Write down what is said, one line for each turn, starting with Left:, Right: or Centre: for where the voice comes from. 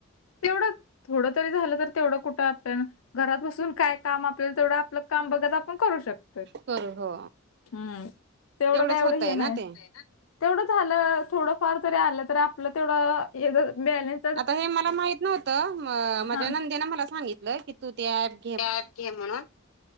Left: तेवढ थोडं तरी झालं तर तेवढं कुठं आपल्यान घरात बसून काय. काम आपलेल तेवढं आपलं काम बघत आपण करू शकतो.
Right: करू हो
Left: हम्म तेवढं
Right: तेवढंच
Left: काय एवढं
Right: होतय
Left: हे नाही.
Right: ना ते
Left: तेवढं झालं थोडंफार जरी आलं तरी आपलं तेवढ बॅलस.
Right: आता हे मला माहित नव्हतं मा माझ्या
Left: हा
Right: नंदेन मला सांगितलं की तू ते ॲप.
Left: ते ॲप घे म्हणून.